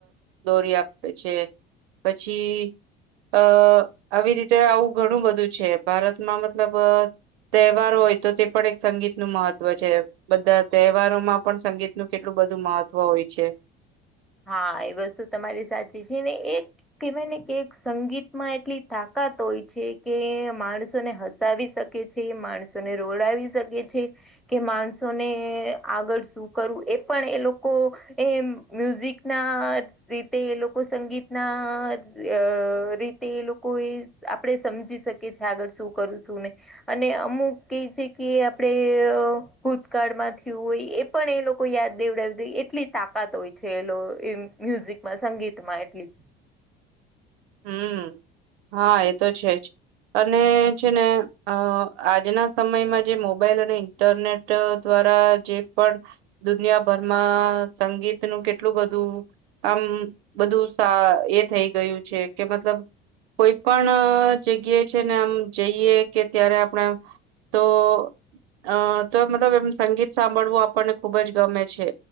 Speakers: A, on the right; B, in the centre.
A: દોરી આપે છે. પછી અ આવી રીતે આવું ઘણું બધું છે ભારતમાં મતલબ તહેવાર હોય તો તે પણ એક સંગીત નું મહત્વ છે બધા તહેવારો માં પણ સંગીતનું કેટલું બધું મહત્વ હોય છે
B: હા એ વસ્તુ તમારી સાચી છે ને એક કહેવાયને કે સંગીતમાં એટલી તાકાત હોય છે કે માણસોને હસાવી શકા એ છે એ માણસોને રોડાવી શકે છે. કે માણસોને આગળ શું કરવું એ પણ એ લોકો એમ મ્યુઝિકના રીતે એ લોકો સંગીતના અ રીતે એ લોકો એ આપણે સમજી શકીએ છીએ આગળ શું કરું છું નહી અને અમુક એ છે કે આપણે ભૂતકાળમાં થયું હોય એ પણ એ લોકો યાદ દેવડાવી દે એટલી તાકાત હોય છે એલો એમ મ્યુઝિકમાં સંગીતમાં એટલી
A: હમ હા એ તો છે જ અને છે ને અ આજના સમયમાં જે મોબાઈલ અને ઇન્ટરનેટ દ્વારા જે પણ દુનિયાભરમાં સંગીતનું કેટલું બધું આમ બધું સા એ થઈ ગયું છે કે મતલબ કોઈ પણ જગ્યાએ છે ને આમ જઈએ કે ત્યારે આપણે આમ તો અ તો મતલબ એમ સંગીત સાંભળવું આપણને ખુબ જ ગમે છે.